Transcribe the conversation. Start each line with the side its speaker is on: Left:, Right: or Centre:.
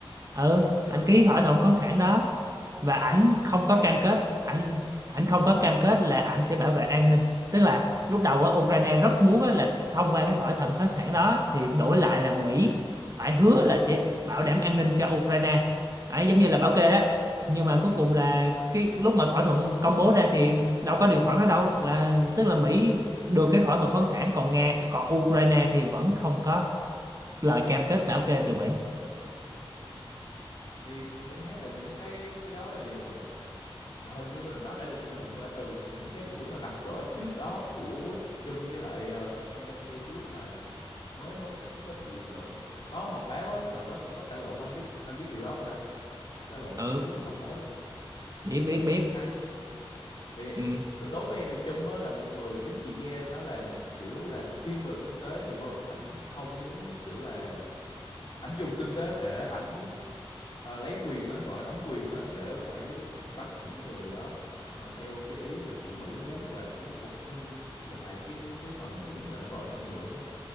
Right: ừ
Left: là
Right: ảnh
Left: tỷ
Right: ký
Left: phú
Right: thỏa thuận khoáng sản đó và ảnh không có cam kết ảnh ảnh không có cam kết là ảnh sẽ bảo vệ an ninh tức là lúc đầu á, Ukraine rất muốn á, là thông qua cái thỏa thuận khoáng sản đó thì đổi lại là Mỹ phải hứa là sẽ bảo đảm an ninh cho Ukraine Đấy, giống như là bảo kê đó nhưng mà cuối cùng là cái lúc mà thỏa thuận công bố ra thì đâu có điều khoản đó đâu là tức là Mỹ được cái thỏa thuận khoáng sản còn Nga còn Ukraine thì vẫn không có lời cam kết bảo kê từ Mỹ
Left: thì em thấy là những cái cái đó thì ờ, hầu như là nó đã được thể hiện qua từ những cái buổi mà gặp gỡ trước đó của Chung với lại ờ, Zelensky cái lúc mà mới mới nhậm chức á thì ờ, có họp báo á đợt đó cũng có cãi lộn mà anh biết anh biết điều đó không ta cãi lộn
Right: ừ
Left: cái lúc mà họp báo luôn á
Right: biết
Left: em thấy
Right: biết
Left: là
Right: biết
Left: cũng căng thì
Right: ừ.
Left: t- đối với em thì Chung á là một người chính trị gia nó là một kiểu làm thiên về kinh tế nhiều hơn ảnh không muốn kiểu là ảnh dùng kinh tế để ảnh ờ, lấy quyền á gọi là nắm quyền á để phải bắt những người đó ờ, theo cái ý mà của Mỹ muốn và muốn phục hưng lại cái cái thời Mỹ mà nó gọi là thịnh vượng á